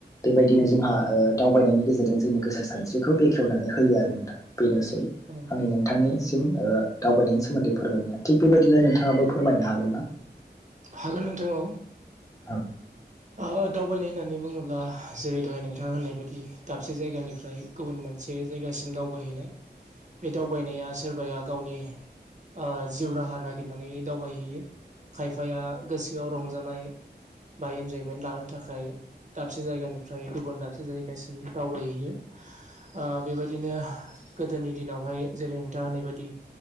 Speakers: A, on the left (about 20°); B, on the right (about 45°).
A: बेबायदिनो
B: उम
A: जोंहा ओ दावबायनायनि गेजेरजों जोंनि गोसो सानस्रिखौ बेखेवनानै होयो आरो नोंथां। बेनोसै
B: औ
A: आंनि नोंथांनिसिम ओ दावबायनायनि सोमोन्दै फोरमायनाया थिग बेबायदिनो नोंथाङाबो फोरमायनो हागोन ना?
B: हागोन नोंथां औ
A: औ
B: ओहो दावबायनाय होननानै बुङोब्ला जेरै दहाय नोंथाङा होननाय बायदि दाबसे जायगानिफ्राय गुबुन मोनसे जायगासिम दावबायहैनाय। बे दावबायनाया सोरबाया गावनि। ओ जिउ राहा नागिरनानै दावबायहैयो खायफाया गोसोआव रंजानाय। बाय जायो। खमेन लानो थाखाय दाबसे जायगानिफ्राय गुबुन दाबसे जायगासिम दावबायहैयो। ओ बेबायदिनो गोदोनि दिनावहाय जेरै नोंथाङा होननाय बायदि